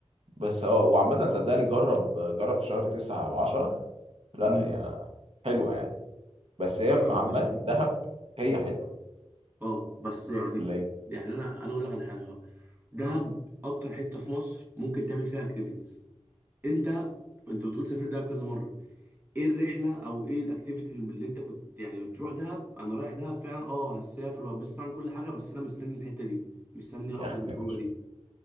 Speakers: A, on the right; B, on the right.
A: بس اه وعامة صدقني جرب جرب في شهر تسعة او عشرة لا
B: امم
A: هي حلوة يعني بس هي
B: جرب
A: في عامة
B: يا باشا عادي.
A: دهب هي حلوة
B: اه بس يعني
A: ولا ايه
B: يعني انا انا اقول لك على حاجة بقى دهب اكتر حتة في مصر ممكن تعمل فيها اكتيفيتيز انت انت بتقول سافر دهب كذا مره ايه الرحله او ايه الاكتيفيتي اللي انت كنت يعني بتروح دهب انا رايح دهب فعلا اه هسافر وهبسط طبعا كل حاجه بس انا مستني الحته دي مستني
A: يخت
B: اخرج الخروجه
A: يا باشا
B: دي